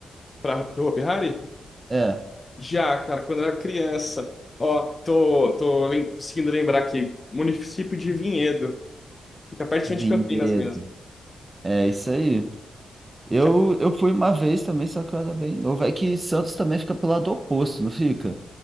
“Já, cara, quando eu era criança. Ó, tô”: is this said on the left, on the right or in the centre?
Left